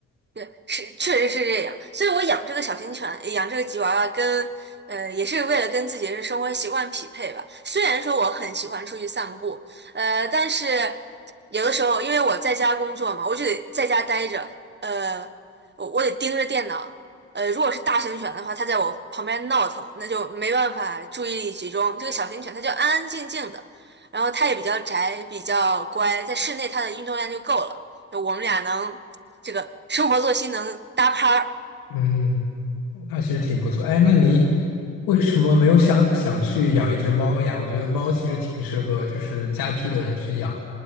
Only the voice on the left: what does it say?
嗯，那其实挺不错。哎，那你为什么没有想想去养一只猫呀？我觉得猫其实挺适合就是家居的人去养，